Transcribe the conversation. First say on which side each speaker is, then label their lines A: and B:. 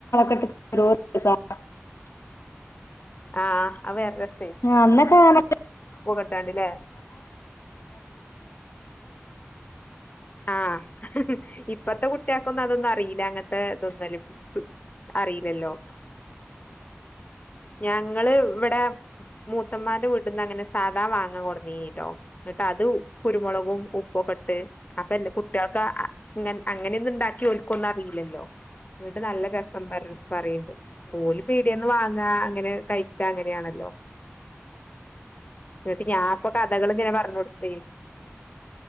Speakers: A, on the left; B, on the left.
A: <unintelligible>
B: ആഹ് അവയൊക്കെ.
A: അന്നൊക്കെ. <unintelligible>
B: ഇട്ടാണ്ട്ല്ലേ ആഹ് ഇപ്പത്തെ കുട്ടിയക്കൊന്നും അതൊന്നും അറിയില്ല അങ്ങനത്തെ ഇതൊന്നും ഉം അറിയില്ലല്ലോ. ഞങ്ങള് ഇവിടെ മൂത്തമ്മാന്റെ വീട്ടിന്ന് അങ്ങനെ സാധാ മാങ്ങ കൊടന്നീനട്ടോ എന്നിട്ട് അത് കുരുമുളകും. ഉപ്പൊക്കെ ഇട്ട് അപ്പ എന്റെ കുട്ടികൾക്ക ഇങ്ങ അങ്ങനെയൊന്നും ഉണ്ടാക്കി ഓലിക്ക് ഒന്നും അറിയില്ലല്ലോ എന്നിട്ട് നല്ലരസ പറഞ്ഞു. പറയണ്ട് ഓല് പീടിയാന്ന് വാങ്ങി. <unintelligible> അങ്ങനെ കഴിക്ക് അങ്ങനെയാണല്ലോ. എന്നിട്ട് ഞാൻ ഇപ്പൊ കഥകള് ഇങ്ങനെ പറഞ്ഞു കൊടുത്തെ.